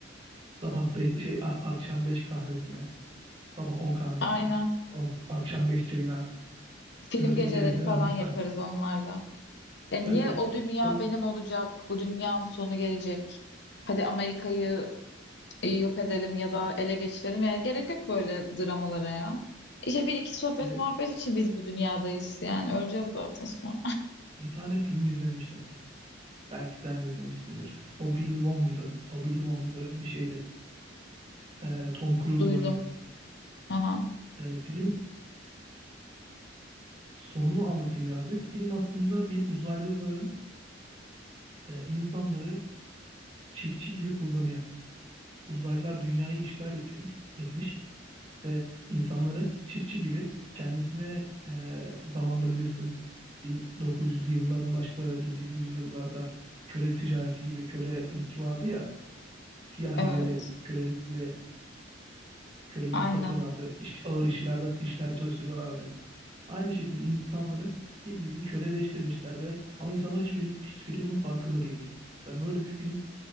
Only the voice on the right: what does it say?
Sabah beş, şey a- akşam 5 kahvesine, sabah 10 kahvesine,
sabah- akşam 5 çayına
öyle
gidelim değil
mi? Misafir.
<laughs> Tabii
çok
e,
bir tane film izlemiştim. Belki sen de izlemişsindir. O Billy Won muydu? O Billy Won muydu? Öyle bir şeydi. E, Tom Cruise
oynuyor.
E, film sonunu anlatayım birazcık. Film aslında bir uzaylıların e, insanları çiftçi gibi kullanıyor. Uzaylılar dünyayı işgal etmiş, etmiş ve insanları çiftçi gibi kendisine e, zamanda bilirsin 1900'lü yılların başları 1800 yıllarda köle ticareti gibi kölelik vardı ya siyahilere
kölelikle köle gibi
satıyorlardı. İş, ağır işlerde işlerde çalıştırıyorlardı. Aynı şekilde insanları bildiğin köleleştirmişler ve ama insanlar hiçbiri hiçbiri bunun farkında değil. Mesela böyle bir film